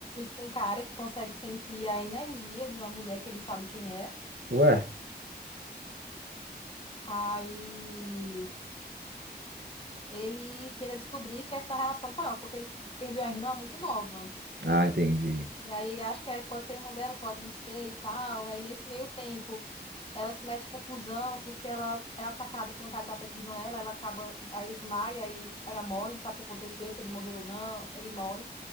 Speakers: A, on the left (about 35°); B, on the right (about 80°).
A: um cara que consegue sentir a energia de uma mulher que ele não sabe quem é.
B: ué.
A: Aí ele tenta descobrir que é essa relação com ela, porque ele perdeu a irmã muito nova.
B: Ah, entendi.
A: E aí ele acha que aí pode ser irmã dela, pode não ser e tal. Aí nesse meio tempo. Ela se mete em confusão porque ela é atacada por um cara que tá perseguindo ela, ela acaba, aí ele desmaia e o cara morre, não sabe o que aconteceu, se ele morreu ou não, ele morre.